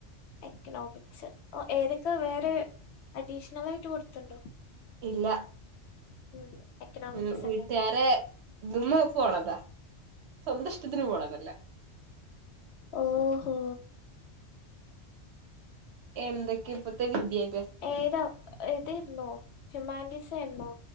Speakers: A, on the left; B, on the right.
A: എക്കണോമിക്സ് ഏതൊക്കെ വേറെ അഡീഷണൽ ആയിട്ട് കൊടുത്തണ്ടോ?
B: ഇല്ല.
A: ഉം. എക്കണോമിക്സ്
B: ഉം വീട്ടുകാരെ
A: അല്ലേ
B: ഇത്ന്ന് പോണതാ. സ്വന്തം ഇഷ്ടത്തിന് പോണതല്ല.
A: ഓഹോ.
B: എന്തൊക്കെ ഇപ്പത്തെ വിദ്യ
A: ഏതാ ഏതേരുന്നോ ഹ്യൂമാനിറ്റീസ് ആരുന്നോ?